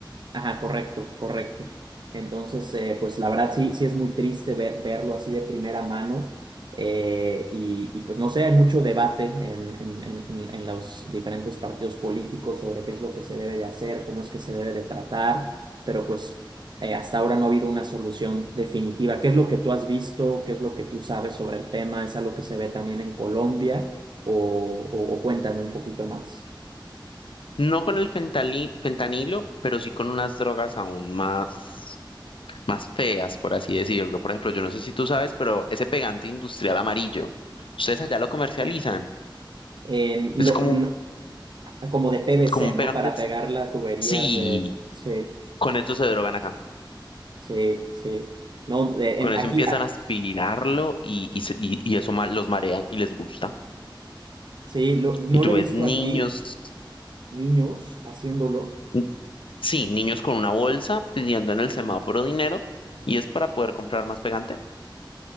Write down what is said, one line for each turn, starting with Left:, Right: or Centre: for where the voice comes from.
Right: Ajá, correcto, correcto. Entonces, eh, pues la verdad sí, sí es muy triste ver- verlo así de primera mano. eh, y, y, pues no sé, hay mucho debate en, en, en, en los diferentes partidos políticos sobre qué es lo que se debe de hacer, cómo es que se debe de tratar, pero pues eh, hasta ahora no ha habido una solución definitiva. ¿Qué es lo que tú has visto? ¿Qué es lo que tú sabes sobre el tema? ¿Es algo que se ve también en Colombia? O, o, o cuéntame un poquito más.
Left: No con el fentali- fentanilo, pero sí con unas drogas aún más, más feas, por así decirlo. Por ejemplo, yo no sé si tú sabes, pero ese pegante industrial amarillo, ustedes allá lo comercializan.
Right: En
Left: Es
Right: lo,
Left: como,
Right: no-
Left: un-
Right: como de PVC,
Left: como un
Right: ¿no?
Left: pegante.
Right: Para pegar las tuberías
Left: Sí,
Right: de... Sí,
Left: con eso se drogan acá.
Right: sí, sí. No, de-
Left: Con
Right: en,
Left: eso
Right: aquí,
Left: empiezan
Right: ah,
Left: a aspirarlo y, y, se- y- y eso ma- los marea y les gusta.
Right: sí, lo- no
Left: Y tú
Right: lo he
Left: ves
Right: visto
Left: niños,
Right: aquí, niños haciéndolo.
Left: n- sí, niños con una bolsa pidiendo en el semáforo dinero y es para poder comprar más pegante.